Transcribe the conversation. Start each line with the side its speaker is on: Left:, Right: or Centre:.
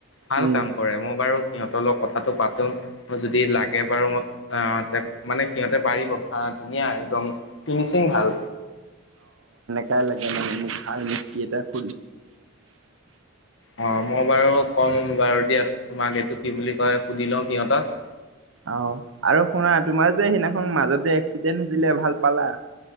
Left: ভাল
Right: উম
Left: কাম কৰে মই বাৰু সিহঁতৰ লগ কথাটো পাতোঁ যদি লাগে বাৰু মইক মানে সিহঁতে পাৰিব ভা ধুনীয়া একদম ফিনিচিং ভাল
Right: চাই লাগে মানে মোক ভাল মিস্তি এটা খ
Left: অ মই বাৰু ক'ম বাৰু দিয়া তোমাক এইটো কি বুলি তই সুধি লওঁ সিহঁতক
Right: আহ আৰু শুনা তোমাৰ যে সেইদিনাখন মাজতে এক্সিডেণ্ট হৈছিলে ভাল পালা